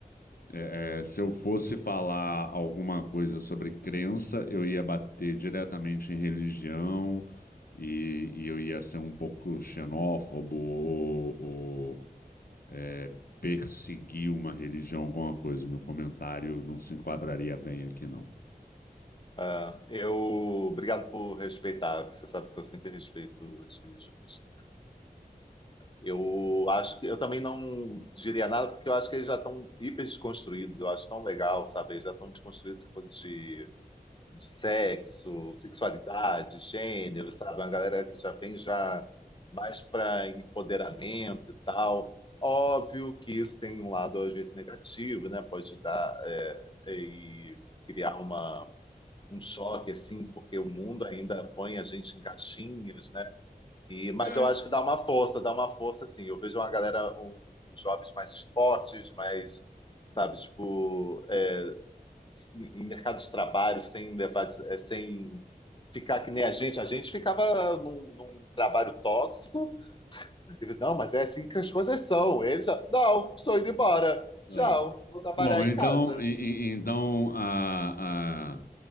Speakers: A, on the left; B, on the left.
A: é, é, se eu fosse falar alguma coisa sobre crença, eu ia bater diretamente em religião e, e eu ia ser um pouco xenófobo ou, ou, é, perseguir uma religião, alguma coisa. O meu comentário não se enquadraria bem aqui, não.
B: É, eu. Obrigado por respeitar, que você sabe que eu sempre respeito as religiões. Eu acho que eu também não diria nada, porque eu acho que eles já estão hiper desconstruídos. Eu acho tão legal, sabe? Eles já estão desconstruídos essa coisa de de sexo, sexualidade, gênero, sabe? Uma galera que já vem já mais para empoderamento e tal. Óbvio que isso tem um lado às vezes negativo, né? Pode dar é, é, e criar uma, um choque assim, porque o mundo ainda põe a gente em caixinhas, né? E, mas
A: É,
B: eu acho que dá uma força, dá uma força assim. Eu vejo uma galera, um, os jovens mais fortes, mais, sabe, tipo, é, em mercados de trabalho sem levar, eh, sem ficar que nem a gente. A gente ficava num, num trabalho tóxico. E, não, mas é assim que as coisas são. Eles, já, não, estou indo embora. Tchau,
A: É.
B: vou trabalhar
A: Bom, então,
B: em casa.
A: e- e- então a, a,